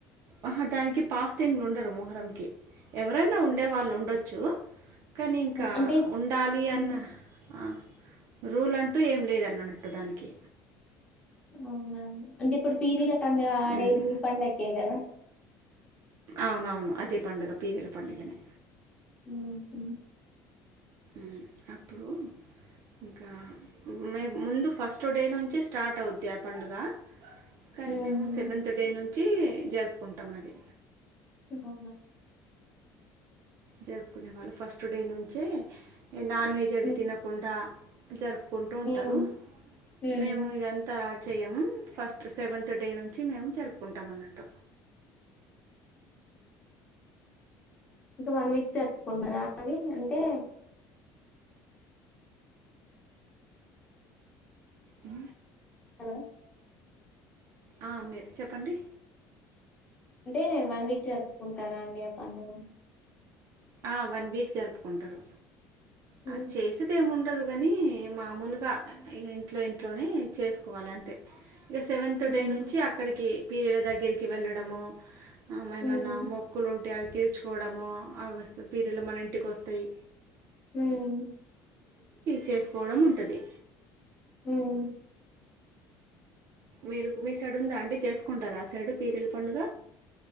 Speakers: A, on the right; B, on the left.
A: ఆహా దానికి ఫాస్టింగ్ ఉండరు మొహరంకి ఎవరైనా ఉండే వాళ్ళు ఉండొచ్చు కానీ ఇంకా
B: అంటే
A: ఉండాలి
B: ఉమ్,
A: అన్న ఆ రూల్ అంటూ ఏం లేదనన్నట్టు దానికి
B: అవునవును అంటే ఇప్పుడు పీరీల పండుగ ఆడేది
A: ఉమ్.
B: ఈ పండక్కే కదా
A: అవునవును అదే పండుగ పీరీల పండుగనే
B: ఉహు
A: మ్మ్ అప్పుడూ ఇంకా మే ముందు ఫస్ట్ డే నుంచే స్టార్ట్ అవుద్ది ఆ పండుగ కానీ
B: ఉమ్,
A: మేము సెవెంత్ డే నుంచి జరుపుకుంటాం అది
B: అవును
A: జరుపుకునే వాళ్ళు ఫస్ట్ డే నుంచే నాన్ వెజ్ అవి
B: ఉమ్
A: తినకుండా జర్పు కొంటూ ఉంటారు
B: ఉమ్ ఉమ్.
A: మేము ఇదంత చేయము ఫస్ట్ సెవెంత్ డే నుంచి మేము జరుపుకుంటాం అన్నట్టు
B: ఇంక వన్ వీక్ జప్పుకుంటారు అది అంటే
A: అ
B: ఎక్కడ
A: ఆ మీర్ చెప్పండి
B: అంటే వన్ వీక్ జరుపుకుంటారా అండి ఆ పండుగ
A: ఆ వన్ వీక్ జరుపుకుంటారు
B: హ్మ్.
A: అ చేసేదేమి ఉండదు కాని మామలుగా ఇంట్లో ఇంట్లోనే చేసుకోవాలి అంతే ఇక సెవెంత్
B: హ్మ్.
A: డే నుంచి అక్కడికి పీర్ల దగ్గరికి వెళ్ళడము అ మ ఏమన్నా
B: హ్మ్.
A: మొక్కులు అంటే అవి తీర్చుకోవడము అవి పీరులు మన ఇంటికి వస్తాయి
B: ఉమ్
A: చేసుకోవడం ఉంటది.
B: ఉమ్
A: మీరు మీ సైడ్ ఉందా అండి చేసుకుంటారా ఆ సైడు పీరిల పండుగ